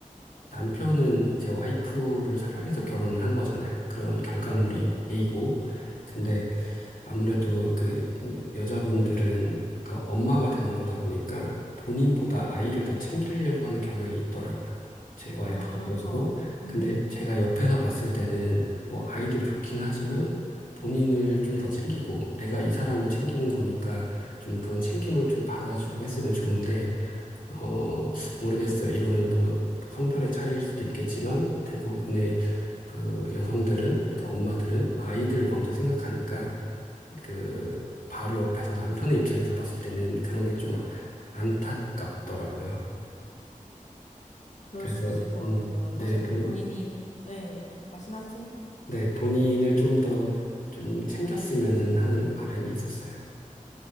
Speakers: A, on the left; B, on the left.
A: 남편은 제 와이프를 사랑해서 결혼을 한 거잖아요. 그런 결과물이
B: 네.
A: A고, 근데 아무래도 그 여- 자분들은 그러니까 엄마가 되는 거다 보니까 본인보다 아이를 더 챙기려고 하는 경향이 있더라고요. 제 와이프도
B: 아, 그렇죠.
A: 그렇고.
B: 음,
A: 근데 제가 옆에서 봤을 때는 뭐 아이도 좋긴 하지만 본인을 좀 더 챙기고 내가 이 사람을 챙기는 거니까 좀 그런 챙김을 좀 받아주고 했으면 좋은데 어, 모르겠어요. 이거는 뭐 성별의 차이일 수도 있겠지만 대부분의 그 여성들은, 그 엄마들은 아이들 먼저 생각하니까 그 바로 옆에서 남편의 입장에서 봤을 때는 그런 게 좀 안타깝더라고요.
B: 그럴
A: 그래서
B: 수 있을 것
A: 음,
B: 같아요.
A: 네,
B: 사실
A: 본,
B: 본인이, 네, 말씀하세요.
A: 네, 본인을 좀 더 좀 챙겼으면 하는 바람이 있었어요.